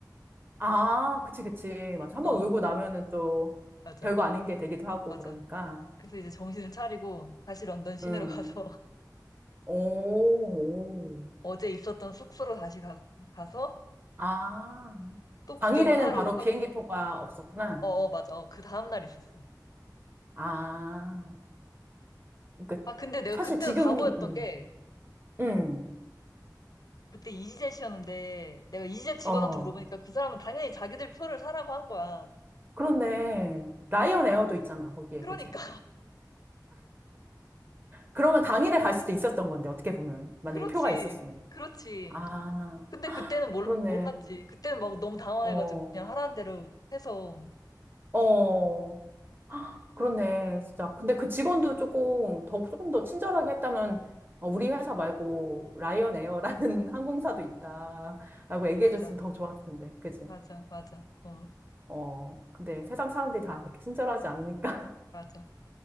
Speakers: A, on the right (about 30°); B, on the left (about 60°).
A: 아, 그치, 그치.
B: <laughs>
A: 맞아. 한번
B: 어
A: 울고 나면은 또
B: 맞아
A: 별거 아닌 게 되기도 하고,
B: 맞아.
A: 그러니까.
B: 그래서 이제 정신을 차리고 다시 런던 시내로
A: 음.
B: 가서 <laughs>
A: 오, 오.
B: 어제 있었던 숙소로 다시 가, 서또
A: 아. 당일에는
B: 구경을 하루
A: 바로
B: 하고
A: 비행기표가 없었구나.
B: 어, 어 맞아 어, 그 다음날 있었어
A: 아. 그러니까
B: 아 근데 내가
A: 사실
B: 그때도
A: 지금,
B: 바보였던
A: 음,
B: 게
A: 음,
B: 그때 이지젯 씨였는데 내가 이지젯 직원한테
A: 어.
B: 물어보니까 그 사람은 당연히 자기들 표를 사라고 한 거야
A: 그런데, 라이언 에어도 있잖아, 거기에,
B: 그러니까
A: 그치? 그러면 당일에 갈 수도 있었던 건데, 어떻게 보면.
B: <laughs>
A: 만약에
B: 그렇지
A: 표가 있었으면.
B: 그렇지
A: 아,
B: 근데 그때는 몰,
A: 그렇네.
B: 몰랐지 그때는 막 너무 당황해가지고
A: 어,
B: 그냥 하라는 대로 해서
A: 어. 그렇네, 진짜. 근데 그 직원도 조금 더, 조금 더 친절하게 했다면, 어, 우리 회사 말고 라이언 에어라는 <laughs> 항공사도 있다라고 얘기해줬으면
B: 맞아
A: 더 좋았을 텐데, 그지?
B: 맞아 맞아 어
A: 어, 근데 세상 사람들이 다 그렇게 친절하지 않으니까.
B: 맞아